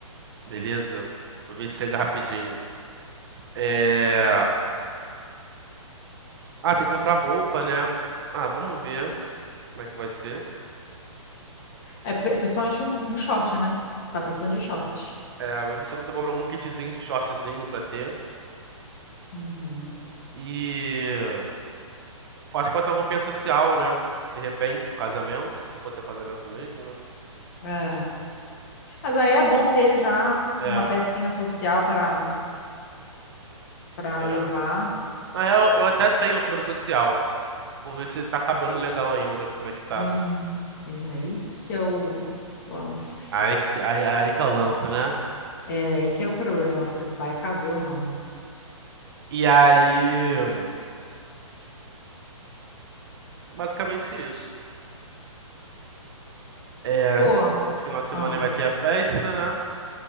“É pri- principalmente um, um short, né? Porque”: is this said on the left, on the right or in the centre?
Left